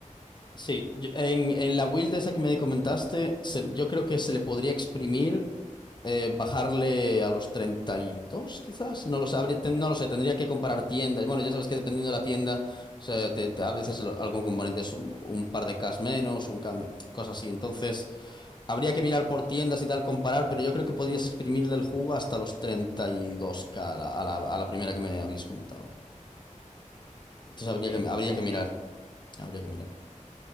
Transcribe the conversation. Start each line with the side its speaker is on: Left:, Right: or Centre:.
Left: Sí, yo- en, en la build esa que me comentaste, se- yo creo que se le podría exprimir eh, bajarle a los 32 quizás. No lo sé, habría- ten- no lo sé, tendría que comparar tiendas. Bueno, ya sabes que dependiendo de la tienda, o sea, te- te- a veces lo- algún componente es un, un par de Ks menos, un K, me- cosas así. Entonces, habría que mirar por tiendas y tal, comparar, pero yo creo que podrías exprimirle el jugo hasta los 32K a la, a la- a la primera que me habías comentado. Entonces, habría
Right: Muy bien,
Left: que,
Right: tiene
Left: habría
Right: sentido,
Left: que mirar, habría que mirar.